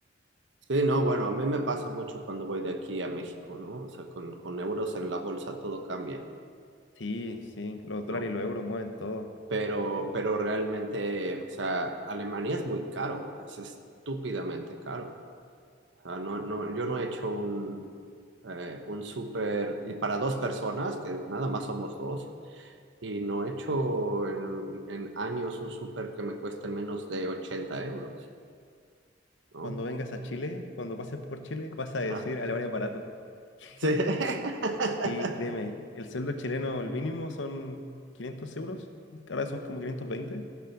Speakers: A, on the right; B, on the left.
A: Sí, no, bueno, a mí me pasa mucho cuando voy de aquí a México, ¿no? O sea, con, con euros en la bolsa todo cambia,
B: Sí, sí, los
A: ¿no?
B: dólares y los euros mueven todo.
A: pero, pero realmente, o sea, Alemania es muy caro, es estúpidamente caro. O sea, no, no, yo no he hecho un, eh, un súper, y para dos personas, que nada más somos dos, y no he hecho en, en años un súper que me cueste menos de ochenta euros, ¿no?
B: Cuando vengas a Chile, cuando pases por Chile, vas a
A: Ajá.
B: decir Alemania es barato.
A: Sí.
B: <laughs>
A: <laughs>
B: Y créeme, el sueldo chileno, el mínimo son 500 euros, que ahora son como 520,